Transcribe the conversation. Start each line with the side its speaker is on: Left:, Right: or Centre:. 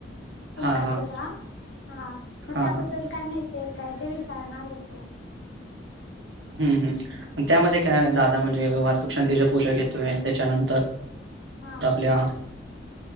Right: हा
Left: ओमकार
Right: हा
Left: दादा हा मग
Right: हा
Left: त्याबद्दल
Right: हा
Left: काय माहितीये काय ते विचारणार होते.
Right: हम्म हम्म त्यामध्ये काय दादा म्हणजे वास्तुशांतीच्या पूजा घेतोय त्याच्यानंतर
Left: हा
Right: आपल्या